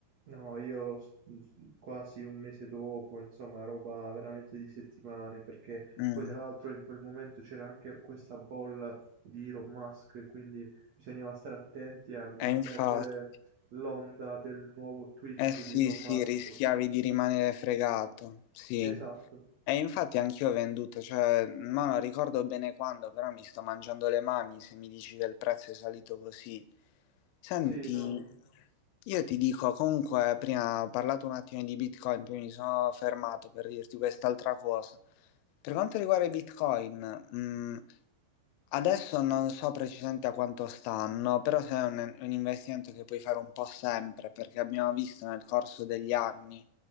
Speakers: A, on the right; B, on the left.
A: No, io s- s- quasi un mese dopo, insomma, roba veramente di settimane, perché
B: Mm.
A: poi tra l'altro in quel momento c'era anche questa bolla di Elon Musk, quindi bisognava stare attenti a non
B: E infatti,
A: perdere l'onda del nuovo tweet
B: eh sì,
A: di Elon
B: sì,
A: Musk.
B: rischiavi di rimanere fregato, sì.
A: Esatto.
B: E infatti anch'io ho venduto, cioè, ma non ricordo bene quando, però mi sto mangiando le mani se mi dici che il prezzo è salito così. Senti,
A: Sì, no.
B: io ti dico, comunque, prima ho parlato un attimo di Bitcoin, poi mi sono fermato per dirti quest'altra cosa. Per quanto riguarda i Bitcoin, mm, Adesso non so precisamente a quanto stanno, però se è un, un investimento che puoi fare un po' sempre, perché abbiamo visto nel corso degli anni,